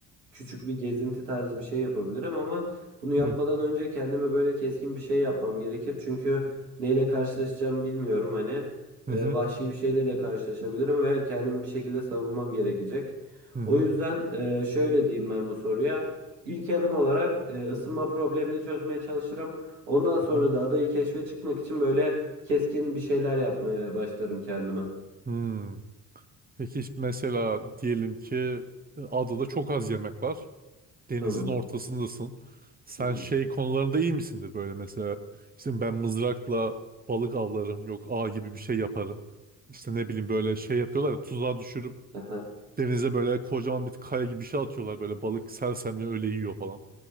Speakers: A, on the right; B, on the right.
A: küçük bir gezinti tarzı bir şey yapabilirim ama bunu yapmadan
B: hı hı,
A: önce kendime böyle keskin bir şey yapmam gerekir. Çünkü neyle karşılaşacağım bilmiyorum hani e,
B: hı hı,
A: vahşi bir şeyle de karşılaşabilirim ve kendimi bir şekilde savunmam gerekecek.
B: hı hı,
A: O yüzden e, şöyle diyeyim ben bu soruya. İlk adım olarak e, ısınma problemini çözmeye çalışırım. Ondan sonra
B: hı
A: da adayı keşfe çıkmak için böyle keskin bir şeyler yapmaya başlarım kendime.
B: hı. Peki mesela diyelim ki e, adada çok az yemek var. Denizin
A: Tamam.
B: ortasındasın. Sen
A: <laughs>
B: şey konularında iyi misindir böyle mesela? işte ben mızrakla balık avlarım. Yok ağ gibi bir şey yaparım. İşte ne bileyim böyle şey yapıyorlar ya tuzağa düşürüp
A: Aha.
B: denize böyle kocaman bir kaya gibi bir şey atıyorlar. Böyle balık sersemle öyle yiyor falan.